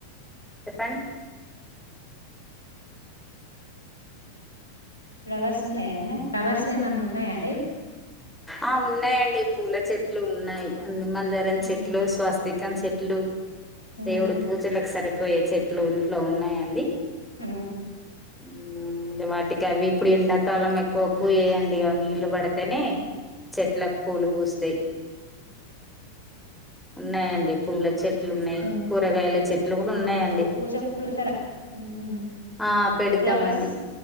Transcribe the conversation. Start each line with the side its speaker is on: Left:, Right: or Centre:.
Centre: చెప్పండి
Left: ఫ్లవర్స్ ఉన్నాయా ఏమనా ఫ్లవర్స్ ఏమన్నా ఉన్నాయా అండి
Centre: ఆ ఉన్నాయండి పూల చెట్లు ఉన్నాయి హ్మ్ మందారం
Left: ఉహు.
Centre: చెట్లు స్వస్తి క్కం చెట్లు
Left: ఉమ్
Centre: దేవుడి పూజల సరక్ పోయే చెట్లు ఇంట్లో ఉన్నాయండి
Left: ఆ
Centre: ఉమ్ ఇంకా వాటికి అవి ఇప్పుడు ఎండాకాలం ఎక్కువ పూ వేయండి ఇంకా నీళ్లు పడితేనే చెట్లకు పూలు పూస్తాయి ఉన్నాయంండి పూల చెట్ చెట్లు ఉన్నాయి
Left: ఉమ్.
Centre: కూరగాయల చెట్లు కూడా ఉన్నాయంండి
Left: ఓ పూజకు పూడతారా ఉహు.
Centre: ఆ పెడతామ
Left: ఫ్లవర్స్
Centre: అండి